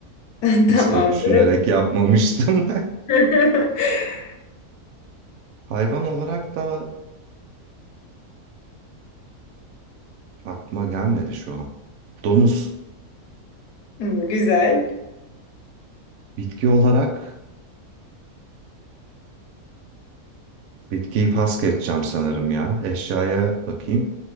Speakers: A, on the left (about 90°); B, on the right (about 70°).
A: <laughs>
B: Hiç
A: Tamamdır.
B: de düşünerek yapmamıştım.
A: <laughs>
B: <laughs> Hayvan olarak da aklıma gelmedi şu an. Domuz.
A: Hmm, Güzel.
B: Bitki olarak Bitkiyi pas geçeceğim sanırım ya. Eşyaya bakayım.